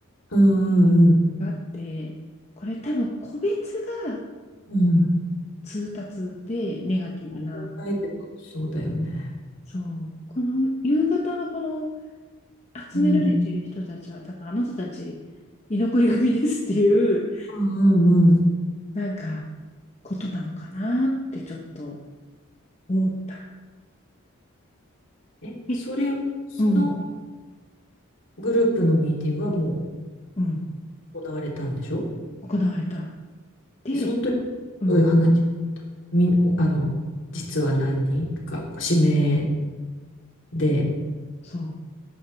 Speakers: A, on the left; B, on the left.
A: うんうん
B: があって、これ多分個別が
A: うん。うん。
B: 通達でネガティブな、
A: 考えてもそうだよね。
B: そう、この夕方のこの集められている人たちは多分あなたたち居残り組ですっていう、
A: うん。うんうんうん。
B: なんかことなのかなってちょっと思った。
A: え、
B: え、
A: それ、その
B: うん、
A: グループのミーティングはも
B: うん、
A: う行われたんでしょ
B: 行われた。で、
A: でその時、
B: うん、
A: どういう話があったみん、あの、実は何人か、指名で、
B: そう。